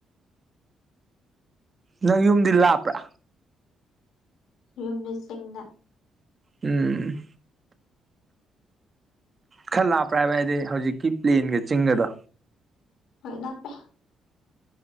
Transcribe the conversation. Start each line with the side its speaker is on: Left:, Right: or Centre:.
Right: ꯅꯪ ꯌꯨꯝꯗꯤ ꯂꯥꯞꯄ꯭ꯔꯥ꯫
Left: ꯌꯨꯝꯗꯤ ꯆꯤꯡꯗ꯫
Right: ꯎꯝ꯫ ꯈꯔ ꯂꯥꯞꯄ꯭ꯔꯥ ꯍꯥꯏꯕ ꯍꯥꯏꯗꯤ ꯍꯧꯖꯤꯛꯀꯤ ꯄ꯭ꯂꯦꯟꯒ ꯆꯤꯡꯒꯗꯣ꯫
Left: ꯍꯣꯏ ꯂꯥꯞꯄꯦ꯫